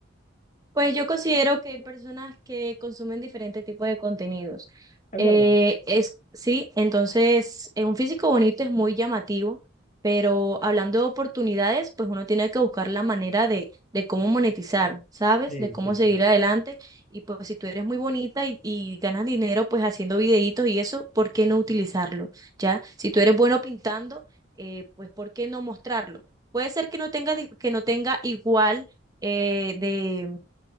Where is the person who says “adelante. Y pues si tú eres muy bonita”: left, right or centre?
Right